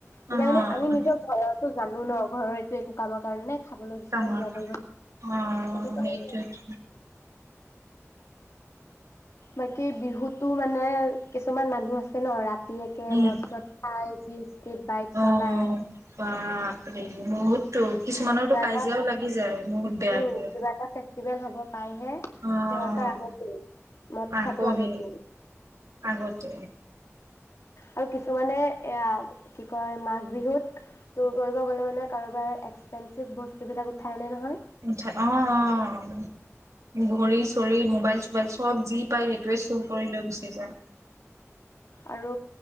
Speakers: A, on the left (about 70°); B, on the right (about 80°).
A: এতিয়া
B: অ',
A: মানে আমি নিজৰ ঘৰতো জানো ন ঘৰৰ এইটো একো কামত । কাৰণে নে খাবলৈ দিছে
B: কামৰ
A: বা কিবা কৰিব সেইটো
B: অ',
A: কাৰণ
B: সেইটোৱেটো
A: বাকী বিহুতো মানে কিছুমান মানুহ আছে ন ৰাত ৰাতিয়ে
B: উম,
A: মদ চত খাই যি স্পীড বাইক চলাই
B: অ',
A: আহে ।
B: বাপৰে বহুত টো কিছুমানতো
A: কিবা
B: কাজিয়াও
A: এটা
B: লাগি যায় বহুত বেয়াকে
A: উম কিবা এটা ফেষ্টিভেল হ'ব পাইহে
B: অ',
A: সিহঁতৰ আগতে মদ
B: আকৌ
A: খোৱাটো আগতে
B: সেই আগতে
A: আৰু কিছুমানে এয়া কি? হয় মাঘ বিহুত চুৰ কৰিব গ'লে মানে কাৰোবাৰ এক্সপেঞ্চিভ বস্তুবিলাক উঠাই আনে নহয় ।
B: উঠ অ অ ঘৰী চৰি মোবাইল চবাইল চব যি পাই সেইটোৱে চুৰ কৰি লৈ গুচি যায় ।
A: আৰু